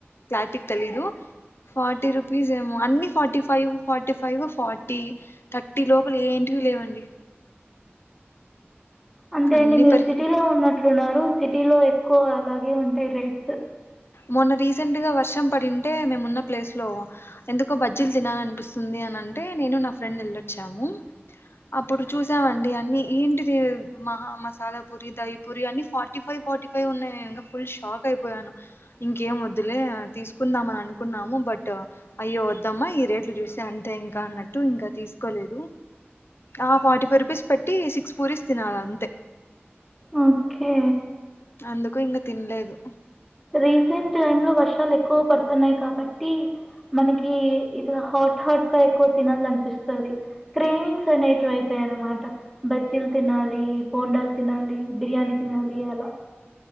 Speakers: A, on the left (about 65°); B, in the centre.
A: క్లారిటీ గా తెలీదు ఫార్టీ రూపీస్ ఏమో అన్ని forty five forty five forty thirty లోపల ఏంటివి లేవండి
B: అంతే
A: అన్ని
B: అండి మీరు
A: పెరిగిపోయి
B: సిటీలో ఉన్నట్లు ఉన్నారు సిటీ లో ఎక్కువ అలాగే ఉంటాయి రేట్స్
A: మొన్న రీసెంట్ గా వర్షం పడింటే మేమున్న ప్లేస్ లో ఎందుకో బజ్జీలు తినాలనిపిస్ స్తుంది అని అంటే నేను నా ఫ్రెండ్ ఏళ్లొచ్చాము అప్పుడు చూసామండి అన్ని ఏంటిది మహా మసాలా పూరి దయి పూరి అన్ని ఫార్టీ ఫైవ్ ఫార్టీ ఫైవ్ ఉన్నాయి ఇంగ ఫుల్ షాక్ అయిపోయాను ఇంకేం వద్దులే తీసుకుందాం అని అనుకున్నాము బట్ అయ్యో వద్దమ్మా ఈ రేట్లు చూస్తే అంతే ఇంకా అన్నట్టు ఇంకా తీసుకోలేదు ఆ ఫార్టీ ఫైవ్ రూపీస్ పెట్టి సిక్స్ పూరీస్ తినాలి అంతే
B: ఓకే
A: అందుకు ఇంక తినలేదు
B: రీసెంట్ టైమ్ లో వర్షాలు ఎక్కువ పడుతున్నాయి కాబట్టి మనకి ఇదిలా హాట్ హాట్ గా ఎక్కువ తినాల అనిపిస్తుంది సారీ క్రేవింగ్స్ అనేటివి అవుతాయి అన్నమాట బజ్జీల్ తినాలి బోండాల్ తినాలి బిర్యానీ తినాలి అలా